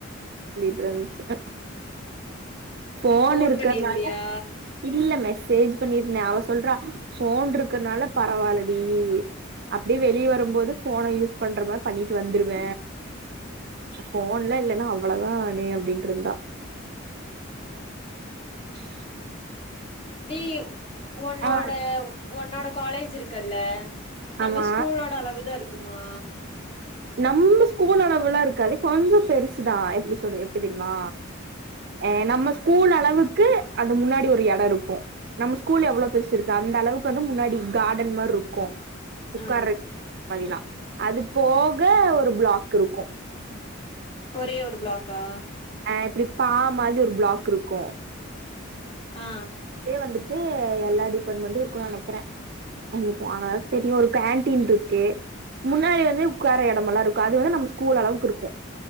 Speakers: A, on the right; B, on the left.
A: <unintelligible> போன்
B: ஃபோன்
A: இருக்கறனால
B: பண்ணிருந்தியா
A: இல்ல மெஸ் சேஜ் பண்ணிருத அவஸ் சொல்றா போன் இருக்கறனால பரவாயிலடி அப்படி வெளிய வரும்போது போன யூஸ் பண்ற மாரி பண்ணிட்டு வந்துருவ போன்ல இல்லன்னா அவ்வளவுதா நே அப்படின்டு இருந்தா <unintelligible>
B: டி யு உன்னோட
A: ஆ
B: உன்னோட காலேஜ் இருக்கல்ல நம்ம
A: ஆமா
B: ஸ்கூலோட அளவு தா இருக் கும்மா
A: நம்ம ஸ்கூல் அளவுல்லா இருக்காது கொஞ்சோ பெருசுதா எப்டி சொல்ற எப்டி தெரிமா ஆ நம்ம ஸ்கூல் அளவுக்கு அந்த முன்னாடி ஒரு எடம் இருக்கும் நம்ம ஸ்கூல்லு எவ்ளோ பெருசு இருக்கு அந்த அளவுக்கு வந்து முன்னாடி கார்டன் மாரி இருக்கும் உக்காரத்
B: ஆ
A: பதிலா அதுக் போக ஒரு பிளாக் இருக்கும்
B: ஒரே ஒரு பிளாக்கா
A: ஆ இப்டி பா மாதி ஒரு பிளாக் இருக்கும்
B: ஆ
A: தே வந்துட் ட்டு எல்லா டிபாட்மெண்டும் இருக்குனு நெனைக்கற இனி போனா தா தெரியும் ஒரு கேன்டீன் இருக்கு முன்னாடி வந்து உக்கார எடமெல்லாம் இருக்கு அது வந்து நம்ம ஸ்கூல் அளவுக்கு இருக்கும்